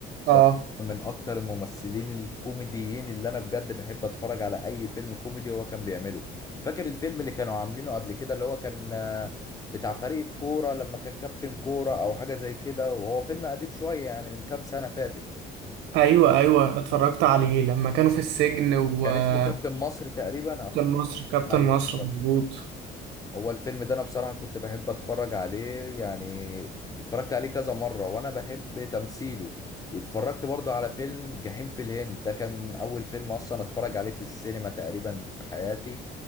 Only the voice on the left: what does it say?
ده من اكتر الممثلين الكوميديين اللي انا بجد بحب اتفرج على اي فيلم كوميدي هو كان بيعمله فاكر الفيلم اللي كانوا عاملينه قبل كده اللي هو كان آه، بتاع فريق الكورة لما كان كابتن كورة أو حاجة زي كده وهو فيلم قديم شوية يعني من كام سنة فاتت
كان اسمه كابتن مصر تقريبا أو مش فاكر.
أيوه
افتكرته
هو الفيلم ده أنا بصراحة كنت بحب أتفرج عليه يعني اتفرجت عليه كذا مرة وأنا بحب تمثيله واتفرجت برضو على فيلم جحيم في الهند ده كان أول فيلم أصلا أتفرج عليه في السينما تقريبا في حياتي